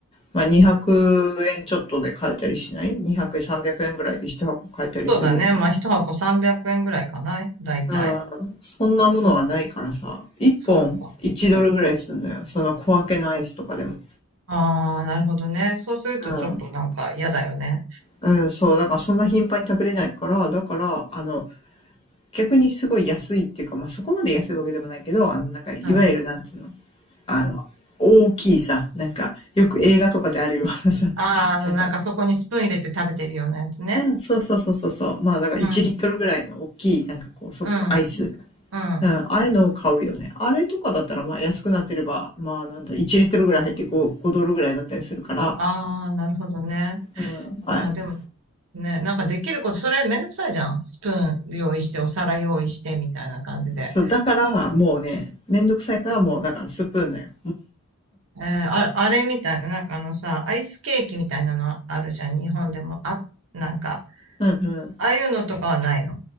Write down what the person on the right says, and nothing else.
そうだね。まあ、一箱300円ぐらいかな。だいたい。
そっか。
ああ、なるほどね。そうするとちょっとなんか嫌だよね。
うん。あ
あ、
あの、
なんかそこにスプーン入れて食べてるようなやつね。
うん、
うん、
うん。あ
あ、なるほどね。
まあ、でも、ね、なんかできること、それめんどくさいじゃん。スプーン用意して、お皿用意して、みたいな感じで。
えーあ、あれみたいな、なんかあのさ、アイスケーキみたいなのあるじゃん、日本でも。あ、なんか、
ああいうのとかはないの。